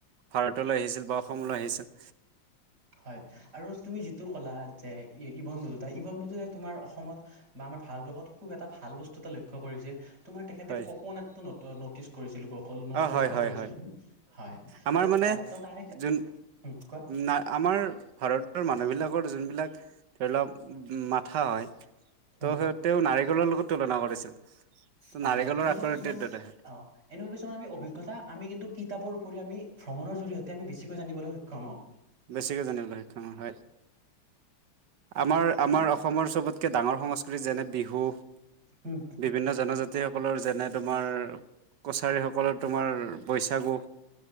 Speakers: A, on the right (about 65°); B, on the right (about 50°).
A: ভাৰতলৈ আহিছিল বা অসমলৈ আহিছিল
B: হয় আৰু তুমি যিটো কলা যে ইবন দদতাই ইবন দদতাই তোমাৰ অসমত বা আমাৰ ভাৰতবৰ্ষত খুব এটা ভাল বস্তু এটা লক্ষ্য কৰিছিল তোমাৰ তেখেতে
A: হয়
B: কক নেতটো নটিচ কৰিছিল <unintelligible>
A: অ হয়
B: লক্ষ্য
A: হয়
B: কৰিছিল
A: হয়
B: হয়
A: আমাৰ
B: ত'
A: মানে
B: তা-তাৰে কোৱা
A: যোন না আমাৰ ভাৰতৰ মানুহবিলাকৰ যোনবিলাক ধৰি লওক মাথা হয় ত'
B: উম
A: সিহঁতে নাৰিকলৰ লগত তুলনা কৰিছিল ত'
B: হয়
A: নাৰিকলৰ
B: -হয় এনেকুৱা
A: আকৃতিৰ
B: কিছুমান
A: দৰেহে
B: অগ এনেকুৱা কিছুমান আমি অভিজ্ঞতা আমি কিন্তু কিতাপৰ উপৰিও আমি ভ্ৰমণৰ জৰিয়তে আমি বেছিকৈ জানিবলৈ সক্ষম হওঁ।
A: বেছিকে জানিবলৈ সক্ষম হয় আমাৰ
B: হয়
A: -আমাৰ
B: আৰু
A: অসমৰ চবতকে ডাঙৰ সংস্কৃতি যেনে-বিহু
B: উম
A: বিভিন্ন জনজাতি সকলৰ যেনে তোমাৰ কছাৰী হক অকলৰ তোমাৰ বৈছাগু